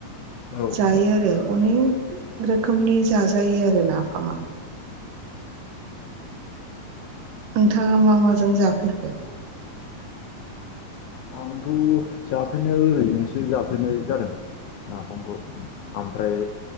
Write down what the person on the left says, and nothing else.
औ
आंथ' जाफेरनाय ओरैनोसो जाफेरनाय जादों माफंखौ ओमफ्राय